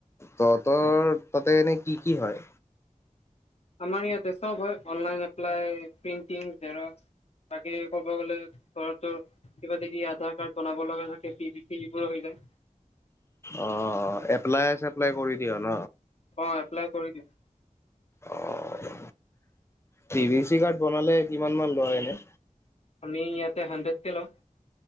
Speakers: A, on the left; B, on the left.
A: তহঁতৰ তাতে এনেই কি কি হয়?
B: আমাৰ ইয়াতে চব হয় অনলাইন এপ্লাই, প্ৰিন্টিং, জেৰক্স, বাকী ক'ব গলে ধৰা তোৰ কিবা যদি আধাৰ কাৰ্ড বনাব লগা থাকে পি বি চি এইবোৰ হৈ যায়।
A: অ এপ্লাই চেপ্লাই কৰি দিয় ন?
B: অ এপ্লাই কৰি দিও।
A: অ পি ভি চি কাৰ্ড বনালে কিমান মান লয় এনে?
B: আমি ইয়াতে হণ্ড্ৰেডকে লয়।